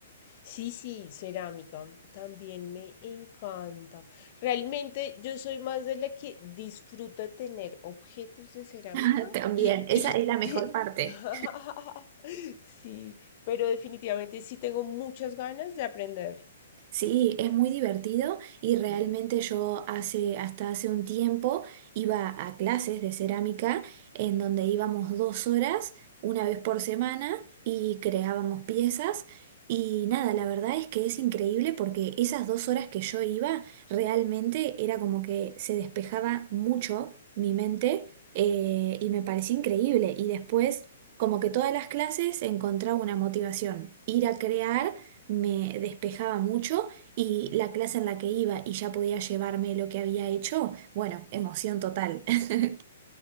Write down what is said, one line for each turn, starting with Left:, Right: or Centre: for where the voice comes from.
Left: Sí, sí, cerámica también me encanta. Realmente yo soy más de la que disfruta tener objetos de cerámica
Right: <laughs> También,
Left: y,
Right: esa
Left: y-
Right: es la mejor parte.
Left: <laughs> sí, pero definitivamente sí tengo muchas ganas de aprender.
Right: Sí, es muy divertido y realmente yo hace, hasta hace un tiempo iba a clases de cerámica en donde íbamos dos horas una vez por semana y creábamos piezas y nada, la verdad es que es increíble porque esas dos horas que yo iba realmente era como que se despejaba mucho mi mente eh, y me parecía increíble y después como que todas las clases encontraba una motivación, ir a crear me despejaba mucho y la clase en la que iba y ya podía llevarme lo que había hecho, bueno, emoción total. <laughs>